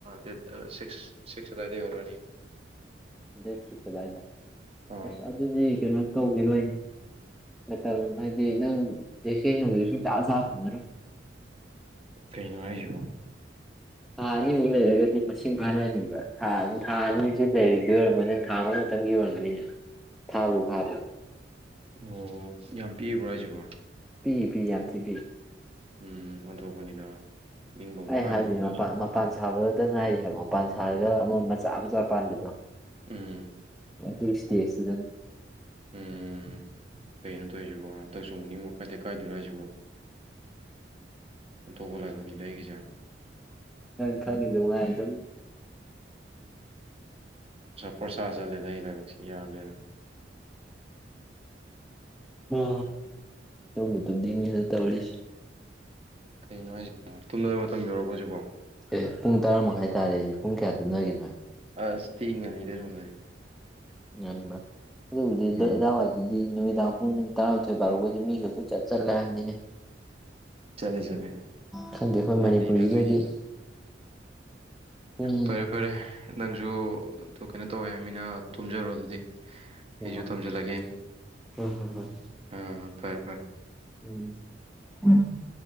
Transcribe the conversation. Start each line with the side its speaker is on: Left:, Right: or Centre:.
Right: ꯗꯦꯠ ꯁꯤꯛꯁ ꯁꯤꯛꯁ ꯑꯗꯨꯋꯥꯏꯗ ꯌꯧꯔꯛꯑꯅꯤ
Centre: ꯁꯁꯤꯁꯥꯏꯗ
Right: ꯑꯥ
Centre: ꯑꯗꯨꯗꯤ ꯇꯧꯕꯤꯔꯣꯏꯅꯦ ꯃꯇꯝ ꯍꯥꯏꯗꯤ ꯅꯪ ꯇꯁꯦꯡꯅꯒꯤꯗ ꯁꯨꯡ ꯆ ꯆꯥ ꯐꯪꯗꯔ
Right: ꯀꯩꯅꯣ ꯍꯥꯏꯁꯤꯕꯣ
Centre: ꯊꯥ ꯑꯅꯤꯃꯨꯛ ꯂꯩꯔꯒꯗꯤ ꯃꯁꯤꯡ ꯐꯥꯔꯑꯅꯦꯕ ꯊꯥ ꯊꯥ ꯑꯅꯤꯁꯤꯦ ꯂꯩꯔꯤꯗꯤ ꯑꯣꯏꯔꯝꯒꯅꯤꯅ ꯊꯥ ꯑꯃꯨꯛꯇꯪꯒꯤ ꯑꯣꯏꯔꯝꯒꯅꯤꯅꯦꯕ ꯊꯥꯕꯨ ꯐꯥꯕꯕ
Right: ꯑꯣ ꯌꯥꯝ ꯄꯤꯕ꯭ꯔꯣ ꯍꯥꯏꯁꯤꯕꯣ
Centre: ꯄꯤ ꯄꯤ ꯌꯥꯟꯊꯤ ꯄꯤ
Right: ꯎꯝ ꯑꯣꯟꯊꯣꯛꯄꯅꯤꯗ ꯅꯤꯡꯕ ꯑꯃꯨꯛ
Centre: ꯑꯩ
Right: ꯀꯥꯏꯗ꯭ꯔꯕ
Centre: ꯍꯥꯏꯖꯤ
Right: ꯇꯧꯔꯤꯁꯦ
Centre: ꯃꯄꯥ ꯃꯄꯥꯟ ꯁꯥꯕꯠ ꯑꯝꯇ ꯉꯥꯏꯔꯤ ꯍꯥꯏꯕ ꯃꯄꯥꯟ ꯁꯥꯔꯒ ꯑꯃ ꯃꯆꯥ ꯃꯆꯥ ꯄꯥꯟꯕꯗꯣ
Right: ꯎꯝ
Centre: ꯇꯨꯁꯇꯤꯦꯗ
Right: ꯎꯝ ꯀꯩꯅꯣ ꯇꯧꯔꯤꯁꯤꯕꯣ ꯍꯟꯗꯛꯁꯨ ꯃꯛꯅꯤꯡꯕ ꯀꯥꯏꯗꯦ ꯀꯥꯏꯗꯣꯏꯔꯣ ꯍꯥꯏꯁꯤꯕꯣ ꯑꯣꯟꯊꯣꯛꯄ ꯂꯥꯏꯕꯛꯅꯤꯗ ꯑꯩꯒꯤꯁꯦ
Centre: ꯅꯪ ꯊꯅꯤꯗꯗ
Right: ꯄꯣꯔꯁꯥ ꯆꯠꯂꯦꯗ ꯑꯩ ꯂꯥꯏꯕꯛꯁꯤ ꯌꯥꯗ꯭ꯔꯦꯅ
Centre: ꯍ ꯇꯕꯨ ꯇꯗꯤꯅꯤ ꯅ ꯇ ꯑꯣꯏꯁꯤ
Right: ꯀꯩꯅꯣ ꯍꯥꯏꯁꯤ ꯇꯨꯝꯗ ꯃꯇꯝ ꯌꯧꯎꯔꯛꯄ ꯍꯧꯁꯤꯛꯕꯣ
Centre: ꯑꯦ ꯄꯨꯡ ꯇꯔꯥꯃꯥꯏ ꯇꯥꯔꯦ ꯄꯨꯡ ꯀꯌꯥ ꯇꯨꯝꯅꯒꯅꯣ ꯍꯥꯏ
Right: ꯑꯁ ꯊꯤ ꯉꯅꯤꯗ ꯊꯣꯔꯦ
Centre: ꯉꯟꯕ꯭ꯔꯥ ꯑꯗꯨꯕꯨꯗꯤ
Right: ꯎꯝ
Centre: ꯑꯗꯥꯋꯥꯏꯗꯨꯗꯤ ꯅꯨꯃꯤꯗꯥꯡ ꯄꯨꯡ ꯇꯔꯥꯃꯥꯊꯣꯏ ꯕꯥꯔꯨꯒꯗꯤ ꯃꯤꯒ ꯄꯨꯣꯏꯠ ꯆꯠ ꯆꯜꯂꯦ ꯍꯥꯏꯕꯅꯤꯅꯦ
Right: ꯆꯠꯂꯦ ꯆꯠꯂꯦ
Centre: ꯈꯪꯗꯦ ꯑꯩꯈꯣꯏ
Right: ꯉꯜꯂꯤꯗ
Centre: ꯃꯅꯤꯄꯨꯔꯁꯤꯗꯗꯤ
Right: ꯑꯗꯨꯏꯅꯤꯗ
Centre: ꯄꯨꯡ
Right: ꯐꯔꯦ ꯐꯔꯦ ꯅꯪ ꯁꯨ ꯀꯩꯅꯣ ꯇꯧꯋꯦ ꯍꯥꯏꯕꯃꯤꯅ ꯇꯨꯝꯖꯔꯣ ꯑꯗꯨꯗꯤ
Centre: ꯍꯣ
Right: ꯑꯩꯁꯨ
Centre: ꯍꯣ
Right: ꯊꯝꯖꯤꯜꯂꯒꯦ
Centre: ꯍꯣꯏ ꯍꯣꯏ꯫
Right: ꯑꯥ ꯐꯔꯦ ꯐꯔꯦ
Centre: ꯎꯝ ꯎꯝ